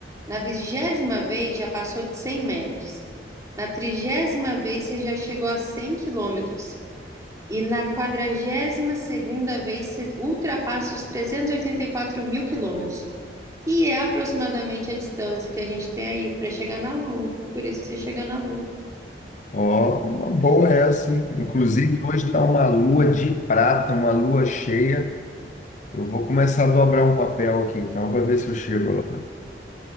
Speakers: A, on the right; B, on the left.
A: Na vigésima vez, já passou de 100 metros. Na trigésima vez, você já chegou a 100 quilômetros. E na quadragésima segunda vez se- ultrapassa os 384 mil quilômetros, que é aproximadamente a distância que a gente tem aí para chegar na Lua. Por isso que você chega na Lua.
B: Ó, uma boa essa, hein? Inclusive, hoje está uma lua de prata, uma lua cheia. Eu vou começar a dobrar um papel aqui então para ver se eu chego lá.